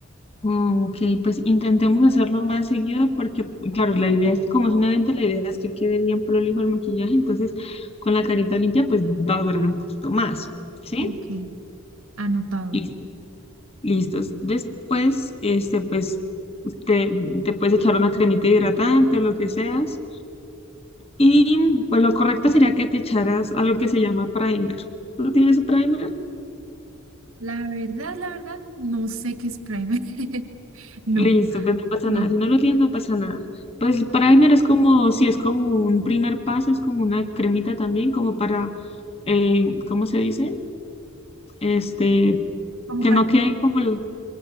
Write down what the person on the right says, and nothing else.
Ok, anotado.
La verdad, la verdad, no sé qué es primer. <laughs> No,
no,
como
para...